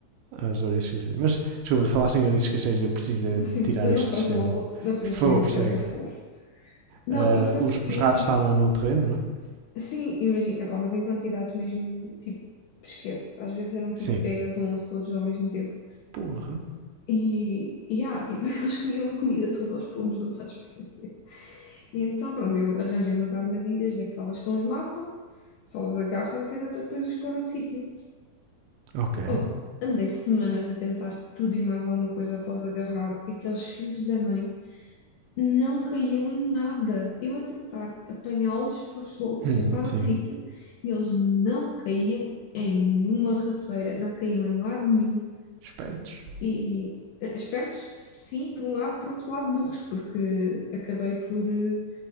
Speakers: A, on the right (about 80°); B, on the left (about 75°).
A: às ouriças cacheiras. Mas, desculpa, de falar sem ouriças cacheiras, eu preciso
B: Sim,
A: de tirar
B: não,
A: este
B: não
A: sistema.
B: faz mal, não fizeste
A: Por favor,
B: bem, isso
A: prossegue.
B: é bem fofo. Não,
A: Ah,
B: e pronto,
A: os,
B: e
A: os ratos estavam no terreno, não é?
B: sim, imagina, epá, mas em quantidades mesmo, tipo, esquece. Às vezes eram tipo
A: Sim.
B: 10 11 todos ao mesmo tempo.
A: Porra.
B: E, e ah, tipo, <laughs> eles comiam a comida toda aos pomos, não estás a ver? E então, pronto, eu arranjei umas armadilhas daquelas que não os matam, só os agarram, que era para depois os pôr noutro sítio.
A: Ok.
B: Oh, andei semanas a tentar tudo e mais alguma coisa após agarrar aqueles filhos da mãe, não caíam em nada. Eu a tentar apanhá-los para os sol- soltar
A: Hum, sim.
B: outro sítio e eles não caíam em nenhuma ratoeira, não caíam em lado nenhum.
A: Espertos.
B: E eh, espertos, sim, por um lado, por outro lado, burros, porque acabei por eh,